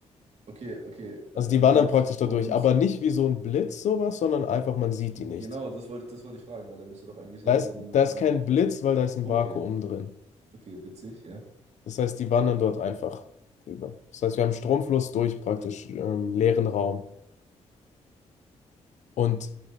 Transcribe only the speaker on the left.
Also die wandern praktisch
dadurch, aber nicht wie so ein Blitz sowas, sondern einfach, man sieht die nicht.
Da
ist,
da
ist
kein Blitz, weil da ist ein
Vakuum drin.
Das heißt, die wandern dort einfach rüber. Das heißt, wir haben Stromfluss durch praktisch ähm, leeren Raum. Und